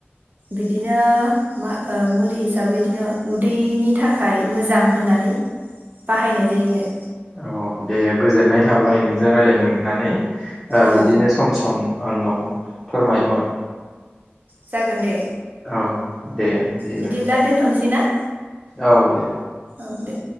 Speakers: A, on the right; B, in the centre.
A: बिदिनो मा ओ मुलि हिसाबै बिदिनो उदैनि थाखाय मोजां होननानै बाहायनाय जायो
B: औ दे गोजोननाय थाबाय नोंजों रायज्लायनो मोननानै ओ
A: औ
B: बिदिनो सम सम आंनाव। फोरमायहर।
A: जागोनदे।
B: औ दे। बिदिबा
A: बिदिब्ला दोनथनोसै ना।
B: औ दे।
A: औ दे।